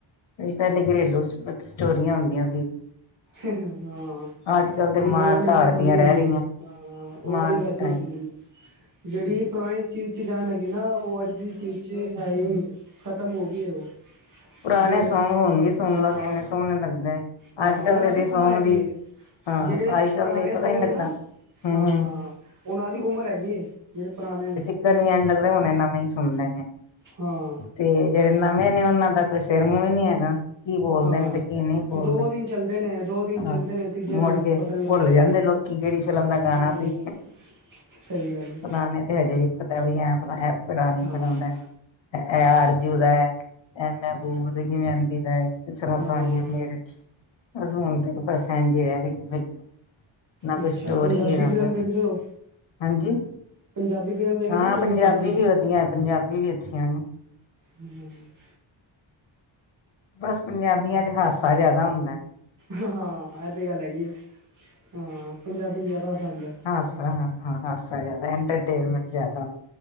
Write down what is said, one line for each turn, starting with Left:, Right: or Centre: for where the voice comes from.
Left: ਪੈਲੇ ਘਰੇਲੂ ਸ ਸਟੋਰੀਆਂ ਹੁੰਦੀਆਂ ਸੀ।
Right: ਹਾਂ।
Left: ਅੱਜ ਕੱਲ੍ਹ ਤੇ
Right: ਹੁਣ ਉਹ
Left: ਮਾਰ
Right: ਆਲੀ
Left: ਧਾੜ
Right: ਗੱਲ ਥੋੜੀ
Left: ਦੀਆਂ
Right: ਰਹੀ
Left: ਰਹਿ
Right: ਏ,
Left: ਗਈਆਂ
Right: ਹਾਂ, ਉਹ
Left: ਮਾਰ
Right: ਵਾਲੀ ਗੱਲ
Left: ਕੁਟਾਈ
Right: ਨਹੀਂ ਹੁਣ। ਜਿਹੜੀ ਪੁਰਾਣੀ ਚੀਜ਼ ਚ ਜਾਨ ਹੈਗੀ ਨਾ, ਉਹ ਅੱਜ ਦੀ ਚੀਜ਼ ਚ ਹੈ ਈ ਨੀ। ਖ਼ਤਮ ਹੋਗੀ ਏ ਉਹ।
Left: ਪੁਰਾਣੇ
Right: ਜਿਹੜੇ
Left: ਸੌਂਗ ਹੁਣ ਵੀ ਸੁਣ
Right: ਹਾਂ
Left: ਲਓ ਤੇ ਇੰਨੇ ਸੋਹਣੇ ਲੱਗਦੇ
Right: ਹਾਂ
Left: ਅੱਜ
Right: ਉਹਨਾਂ
Left: ਕੱਲ੍ਹ ਦੇ
Right: ਦੀ ਉਮਰ
Left: ਸੌਂਗ
Right: ਹੈਗੀ
Left: ਦੀ
Right: ਏ
Left: ਹਾਂ
Right: ਜਿਹੜੇ
Left: ਅੱਜ ਕੱਲ
Right: ਪੁਰਾਣੇ
Left: ਦੇ ਪਤਾ
Right: ਸੌਂਗ,
Left: ਹੀ ਨੀ ਲੱਗਦਾ।
Right: ਨੇ ਨਾ
Left: ਹੂੰ
Right: ਹਾਂ,
Left: ਹੂੰ
Right: ਉਹਨਾਂ ਦੀ ਉਮਰ ਹੈਗੀ ਏ ਜਿਹੜੇ ਪੁਰਾਣੇ
Left: ਪਤਾ ਨਹੀਂ ਇੰਝ ਲੱਗਦਾ ਹੁਣੇ ਨਵੇਂ ਹੀ ਸੁਣ ਲੇ ਨੇ।
Right: ਹਾਂ।
Left: ਤੇ ਜਿਹੜੇ ਨਵੇਂ ਨੇ ਉਹਨਾਂ ਦਾ ਕੋਈ ਸੇਰ ਮੂੰਹ ਈ ਨੀ ਹੈਗਾ। ਕੀ ਬੋਲਦੇ
Right: ਹਾਂ
Left: ਨੇ, ਤੇ ਕੀ ਨਈ ਬੋਲਦੇ
Right: ਦੋ ਦਿਨ ਚੱਲਦੇ ਨੇ ਦੋ ਦਿਨ ਚੱਲਦੇ
Left: ਹਾਂ,
Right: ਨੇ ਤੀਜੇ
Left: ਮੁੜ
Right: ਦਿਨ
Left: ਕੇ
Right: ਪਤਾ ਨਹੀਂ
Left: ਭੁੱਲ
Right: ਲੱਗਦਾ
Left: ਜਾਂਦੇ ਲੋਕ ਕਿਹੜੀ ਫਿਲਮ ਦਾ ਗਾਣਾ
Right: ਹੂੰ
Left: ਸੀ,
Right: ਸਹੀ ਗੱਲ ਏ
Left: ਪੁਰਾਣੇ ਤੇ ਹਜੇ ਵੀ ਵੀ ਐ ਆਪਣਾ ਇਹ ਪਰਾਣੀ
Right: ਹਾਂ
Left: ਫਿਲਮ ਦੈ ਇਹ ਆਰਜੂ ਦੈ ਐ ਉਹ ਤੇ ਕਿ ਮਹਿੰਦੀ ਦਾ ਕਿਸ ਤਰ੍ਹਾਂ
Right: ਹਾਂ
Left: ਪਾਣੀ ਆ ਮੇਰੇ ਬਸ ਹੁਣ ਤੇ ਬਸ ਘੱਟ ਹੀ ਰਹਿ ਗਈਆਂ। ਨਾ ਕੋਈ
Right: ਅੱਛਾ
Left: ਸਟੋਰੀ
Right: ਪੰਜਾਬੀ
Left: ਏ ਨਾ
Right: ਫਿਲਮ
Left: ਕੁਛ।
Right: ਵੇਖਦੇ ਹੋ
Left: ਹਾਂਜੀ
Right: ਪੰਜਾਬੀ ਫਿਲਮ ਵੇਖਦੇ
Left: ਹਾਂ
Right: ਹੋ ਟੀ
Left: ਪੰਜਾਬੀ
Right: ਵੀ ਚ ਆਂਦੀ
Left: ਵੀ ਵਧੀਆ ਪੰਜਾਬੀ ਵੀ ਅੱਛੀਆਂ ਨੇ।
Right: ਹਮ <unintelligible>
Left: ਬਸ ਪੰਜਾਬੀਆਂ ਚ ਹਾਸਾ ਜਿਆਦਾ ਹੁੰਦੈ।
Right: ਹਾਂ ਇਹ ਤਾਂ ਗੱਲ ਹੈਗੀ ਏ ਹਾਂ ਪੰਜਾਬੀ ਜ਼ਿਆਦਾ ਹਸਾਂਦੇ
Left: ਹਾਸਾ ਹਾਂ ਹਾਸਾ ਜਾਦਾ ਐੰਟਰਟੇਨਮੈਂਟ ਜਾਦਾ।